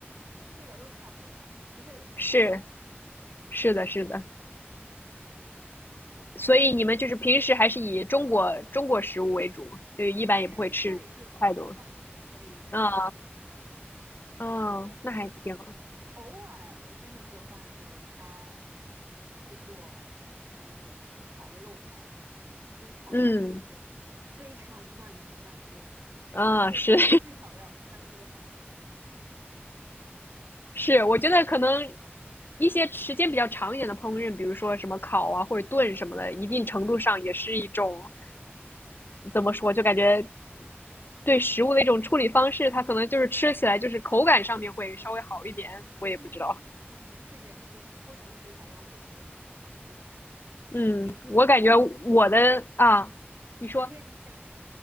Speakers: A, on the right (about 65°); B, on the left (about 55°).
A: 味道都差不多吧，不会有什么大差别。
B: 是是的，是的。
A: 嗯
B: 所以你们就是平时还是以中国中国食物为主，
A: 嗯，
B: 就一般也不会吃太多。
A: 对，因为家里是我做饭嘛，所以基本上都是中餐。
B: 啊、嗯啊、
A: 呃。
B: 那还挺好。
A: 偶尔我先生做饭的时候，他呃会做，比如说烤个肉排这样子，用烤箱做那种非常慢的慢炖，
B: 嗯
A: 可能做下来至少要三四个小时。
B: 啊、是 <laughs> 是，我觉得可能一些时间比较长一点的烹饪，比如说什么烤啊或者炖什么的，一定程度上也是一种怎么说，就感觉对食物的一种处理方式，它可能就是吃起来就是口感上面会稍微好一点，我也不知道。
A: 嗯嗯，是这样，就不同的食材要不同的烹调方式嘛。
B: 嗯，
A: 哎，
B: 我感觉我的啊，你说
A: 那现在你讲，